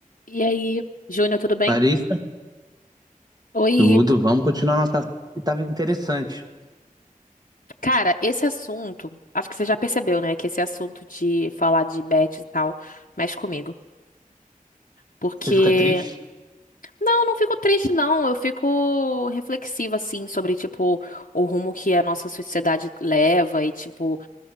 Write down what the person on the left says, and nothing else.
E aí, Júnior, tudo bem?
Oi,
cara, esse assunto, acho que você já percebeu, né, que esse assunto de falar de bet e tal mexe comigo. Porque,
não, não fico triste, não. Eu fico reflexiva, assim, sobre, tipo, o rumo que a nossa sociedade leva. E, tipo,